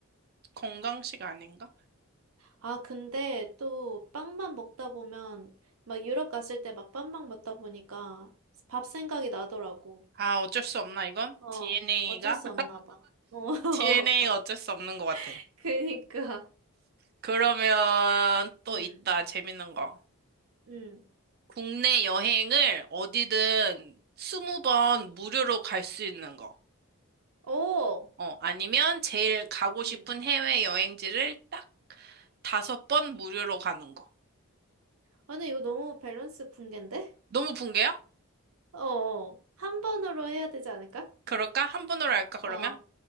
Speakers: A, on the right; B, on the right.
A: 건강식 아닌가?
B: 아, 근데 또 빵만 먹다 보면, 막 유럽 갔을 때 막 빵만 먹다 보니까 밥 생각이 나더라고.
A: 아, 어쩔 수 없나, 이건?
B: 어,
A: DNA가?
B: 어쩔 수 없나 봐. 어, <laughs>
A: DNA가 <laughs> 어쩔 수 없는 것 같아.
B: 그니까.
A: 그러면 또
B: 음,
A: 있다. 재밌는 거.
B: 음.
A: 국내 여행을 어디든 20번 무료로 갈 수 있는 거.
B: 오!
A: 어, 아니면 제일 가고
B: 음.
A: 싶은 해외 여행지를 딱 다섯 번 무료로 가는 거.
B: 아니, 이거 너무 밸런스 붕괴인데?
A: 너무 붕괴야?
B: 어, 어. 한 번으로 해야 되지 않을까?
A: 그럴까? 한 번으로 할까, 그러면?
B: 어.